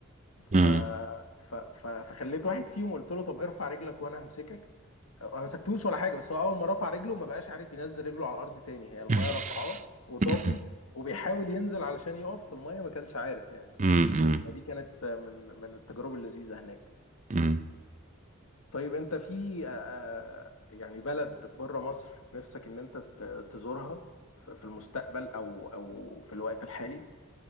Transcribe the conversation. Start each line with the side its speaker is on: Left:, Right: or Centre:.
Left: ف...
Right: امم
Left: ف... ف... فخليت واحد فيهم قلت له طب ارفع رجلك وانا همسكك ما مسكتوش ولا حاجه بس هو اول ما رفع رجله ما بقاش عارف ينزل رجله على الارض تاني هي المايه
Right: <laughs>
Left: رافعاه وطافي وبيحاول ينزل علشان يقف في المايه ما كانش عارف يعني
Right: امم
Left: فدي كانت من من التجارب اللذيذه هناك
Right: امم
Left: طيب انت في آه، أه، يعني بلد بره مصر نفسك ان انت ت- تزورها في في المستقبل او او في الوقت الحالي